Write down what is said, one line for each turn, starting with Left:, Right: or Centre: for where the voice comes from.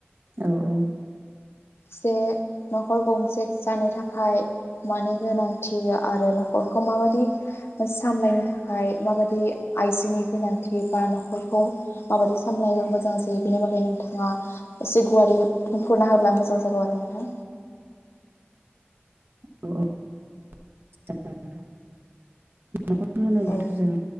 Right: औ औ
Left: जे न'खर गंसे जानो थाखाय मानि गोनांथि आरो नखरखौ माबादि सामलायनो थाखाय माबादि आइजोनि गोनांथि बा न'खरखौ माबायदि सामलायोबा मोजां जायो बेनि बागै नोंथाङा एसे गुवारै बुंफुरना होब्ला मोज जां जागौ आरो नोंथां।
Right: <unintelligible> न'खर होनोब्लाथ'
Left: औ
Right: जों